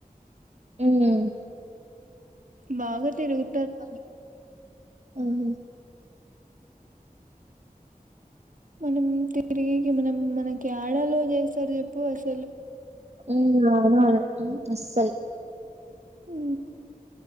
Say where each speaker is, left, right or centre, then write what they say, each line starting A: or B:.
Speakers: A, on the right; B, on the right.
A: ఊహు
B: బాగా తిరుగుతారు కానీ
A: అహా
B: మనం తిరిగేకి మనం మనకి యాడ అలో చేస్తారు చెప్పు అస్
A: <inaudible> అస్సల్
B: ఉ